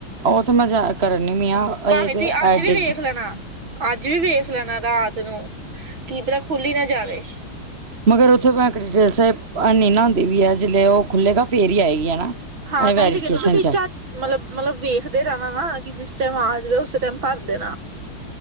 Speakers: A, on the right; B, on the right.
A: ਉਹ ਤਾਂ ਮੈਂ ਜਾ ਕਰਨੀ ਵੀ ਆ
B: ਭਾਵੇਂ
A: ਇਹ ਤੇ
B: ਤੁਸੀਂ ਅੱਜ
A: ਐਡਿਡ
B: ਵੀ ਵੇਖ ਲੈਣਾ ਅੱਜ ਵੀ ਵੇਖ ਲੈਣਾ ਰਾਤ ਨੂੰ ਕਿ ਪਤਾ ਖੁੱਲ ਹੀ ਨਾ ਜਾਵੇ
A: ਮਗਰ ਉੱਥੇ ਡਿਟੇਲਸ ਨਾ ਹੁੰਦੀ ਵੀ ਹੈ ਜ ਉਹ ਖੁੱਲੇਗਾ ਫੇਰ ਹੀ ਆਏਗੀ।
B: ਹਾਂ ਤਾਂ
A: ਵੈਰੀਫਿਕੇਸ਼ਨ
B: ਇਹ ਤੇ ਕਹਿੰਦੇ ਭਤੀਜਾ
A: 'ਚ
B: ਮਤਲਬ, ਮਤਲਬ ਵੇਖਦੇ ਰਹਿਣਾ ਨਾ, ਕਿ ਜਿਸ ਟਾਈਮ ਆ ਜਾਵੇ ਉਸ ਟਾਈਮ ਭਰ ਦੇਣਾ।